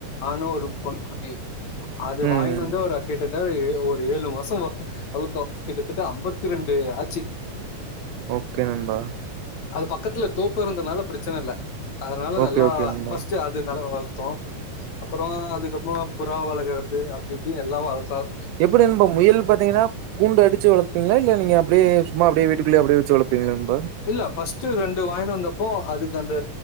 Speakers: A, on the left; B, on the right.
A: ஆணு ஒரு பொன் ஏக் அது
B: ம்
A: வாயின்னு வந்து ஒரு கிட்ட <unintelligible> ஒரு ஏழு மாசோ வளத்தோ கிட்ட தட்ட தட்ட அம்பத்தி ரெண்டு ஆச்சி
B: ஓகே நண்பா
A: அது பக்கத்துல தோப்பா இருந்ததுனால பிரச்சன இல்ல அதனால
B: ஓகே
A: நல்லா
B: ஓகே நண்பா
A: ஃபஸ்ட்டு அது நல்லா வளத் தோ அப்பறோ அதுக்கப்பறோ புறா வளர்கறது அப்டி இப்டினு எல்லா வளத்தால்
B: எப்டி நண்பா முயல் பாத்தீங்னா கூண்டு அடிச்சு வள ங்களா இல்ல நீங்க அப்டே சும்மா அப்டே வெ வீட்டுக்குள்ளே அப்டே வச்ச வளப்பிங்களா
A: இல்ல ஃபஸ்ட்டு ரெண் டு வாயின் வந்தப்போ அதுக்கு அந்த